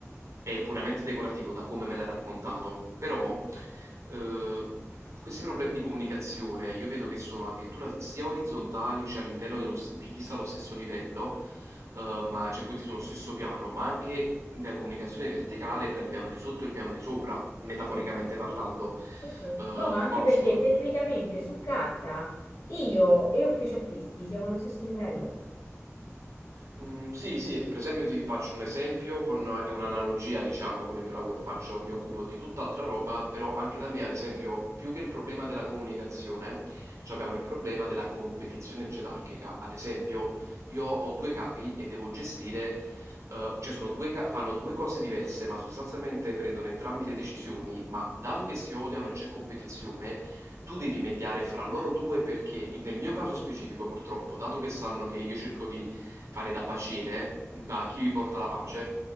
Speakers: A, on the right; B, on the left.
A: è puramente decorativo da come me l'ha raccontato, però eh, questi problemi di comunicazione io vedo che sono addirittura sia orizzontali, cioè all'interno dello s- di chi sta allo stesso livello, eh, ma cioè quindi sullo stesso piano, ma anche la comunicazione verticale tra il piano di sotto e il piano di sopra, metaforicamente
B: Sì.
A: parlando,
B: Sì, sì.
A: eh,
B: No, ma anche
A: che mo non
B: perché
A: so
B: tecnicamente su carta io e ufficio acquisti siamo allo stesso livello.
A: Mhmm, sì, sì, per esempio ti faccio un esempio con è un'analogia diciamo con il mio lavoro, faccio mi occupo di tutt'altra roba, però anche da me ad esempio più che il problema della comunicazione, c'abbiamo il problema della competizione gerarchica. Ad esempio io ho 2 capi e devo gestire uhm, cioè sono 2 ca fanno 2 cose diverse, ma sostanzialmente prendono entrambi le decisioni, ma dato che si odiano e c'è competizione, tu devi mediare fra loro due perché nel mio caso specifico purtroppo, dato che sanno che io cerco di fare da paciere, da chi vi porta la pace,